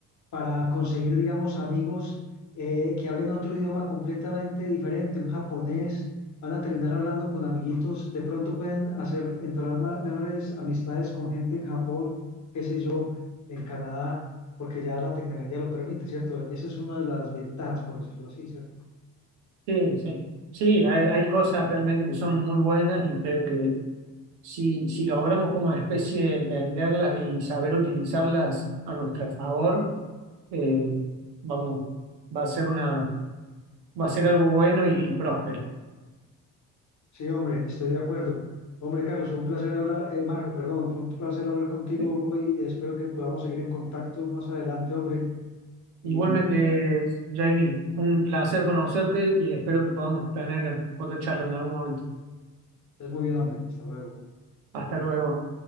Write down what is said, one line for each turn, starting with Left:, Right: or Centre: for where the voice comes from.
Left: para conseguir, digamos, amigos eh, que hablen otro idioma completamente diferente, un japonés. Van a terminar hablando con amiguitos, de pronto pueden hacer, entablar ma- mejores amistades con gente en Japón, qué sé yo, en Canadá, porque ya la tecnología lo permite, ¿cierto? Esa es una de las ventajas, por decirlo así, ¿cierto?
Right: Sí, sí, sí, hay, hay cosas realmente que son muy buenas y creo que si, si logramos como especie entenderlas y saber utilizarlas a nuestro favor, eh, vamos, va a ser una, va a ser algo bueno y, y próspero.
Left: Sí, hombre, estoy de acuerdo. Hombre, Carlos, fue un placer hablar, eh, Marco, perdón, fue un placer hablar contigo
Right: ¿sí?
Left: hoy. Espero que podamos seguir en contacto más adelante, hombre. Y
Right: Igualmente, Jamie un placer conocerte y espero que podamos tener otra charla en algún momento.
Left: estás muy bien, hombre. Hasta luego.
Right: Hasta luego.